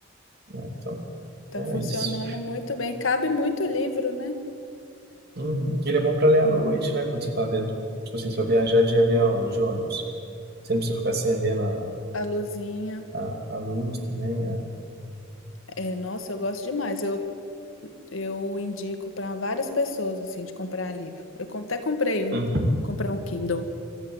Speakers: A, on the right (about 55°); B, on the left (about 85°).
A: Então,
B: Tá
A: é
B: funcionando
A: isso.
B: muito bem. Cabe muito livro, né?
A: Uhum. Ele é bom pra ler à noite, né? Quando você tá dentro... Tipo assim, se for viajar de avião ou de ônibus. Você não precisa ficar acendendo a,
B: A luzinha.
A: a, a luz também. É.
B: É, nossa, eu gosto demais. Eu, eu indico para várias pessoas, assim, de comprar livro. Eu con- até comprei um,
A: Uhum.
B: comprar um Kindle